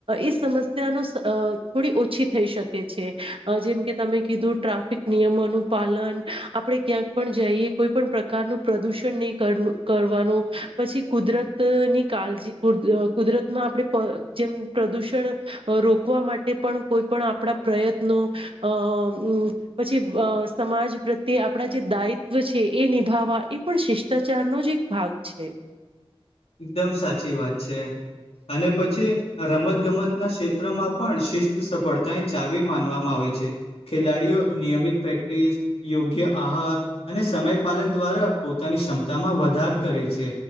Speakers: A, on the right; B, on the left.
A: એ સમસ્યા થોડી ઓછી થઈ શકે છે. જેમકે તમે કીધું ટ્રાફિક નિયમોનું પાલન પાલન આપડે ક્યાંક પણ જઈએ કોઈ પણ પ્રકારનું પ્રદુષણ નહીં કરવાનું, પછી કુદરત ની કાળજી કુદરત માં આપણે જેમ પ્રદુષણ. રોકવા માટે પણ કોઈ પણ આપણા પ્રયત્નો અ પછી. સમાજ પ્રત્યે આપણા જે દાયિત્વ છે. એ નિભાવવા એ પણ શિષ્ટાચારનો જ એક ભાગ છે.
B: એકદમ સાચી વાત છે. અને પછી રમતગમત ના ક્ષેત્રમાં પણ શિસ્ત સફળતાની ચાવી માનવામાં આવે. ખેલાડીઓ નિયમિત પ્રેક્ટિસ યોગ્ય આહાર અને સમય પાલન દ્વારા. પોતાની ક્ષમતામાં વધારો કરે છે.